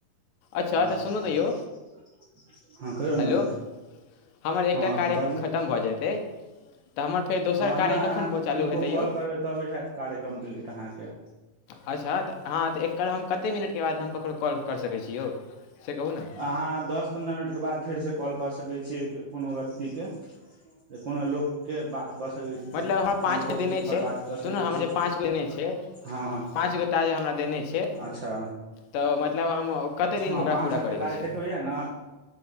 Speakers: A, on the left (about 70°); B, on the right (about 75°).
A: अच्छा
B: हँ
A: तऽ सुनू ने यौ
B: <unintelligible> हँ कहियौ
A: हेलो
B: ने
A: हमर एकटा
B: हँ
A: कार्य
B: बाजू
A: खतम भऽ जेतै। तऽ हमर फेर दोसर
B: हँ
A: कार्य
B: नहि
A: कखन
B: अहाँ किनको
A: चालू हेतै
B: कॉल
A: यौ
B: करबै तबे हैत कार्य कम्प्लीट अहाँके।
A: अच्छा तऽ हँ तऽ एकर हम कतेक मिनटके बाद हम ककरो कॉल करि सकैत छी यौ से कहू ने
B: अहाँ दस पन्द्रह मिनटके बाद फेरसँ कॉल कऽ सकै छियै कोनो व्यक्तिके जे कोनो लोक के बात कऽ सकैत छी।
A: मतलब हमर पाँच
B: कोनो
A: गो
B: टॉपिकपर
A: दिने छै
B: बात कऽ सकै
A: सुनु नऽ हमर
B: छै
A: पाँच गो दिने छै।
B: हँ
A: पांच गो टास्क हमरा कार्य देले छै
B: अच्छा
A: तऽ मतलब कतेक दिनमे
B: हँ
A: ओकरा
B: पाँच
A: पूरा
B: सए
A: करैके
B: टाकाे
A: छै
B: देखबै यए ने